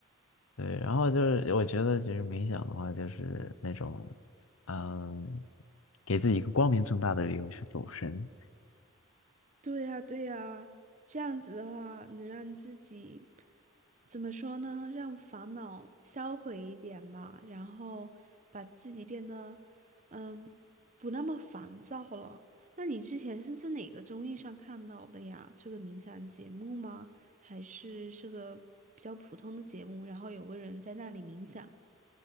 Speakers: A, on the left (about 90°); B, on the right (about 35°).
A: 对。然后就是我觉得就是冥想的话，就是那种嗯给自己一个光明正大的理由去走神，
B: 对呀，对呀，这样子的话，能让自己怎么说呢？让烦恼销毁一点吧，然后把自己变得，嗯，不那么烦躁了。那你之前是在哪个综艺上看到的呀？这个冥想节目吗？还是是个比较普通的节目？然后有个人在那里冥想。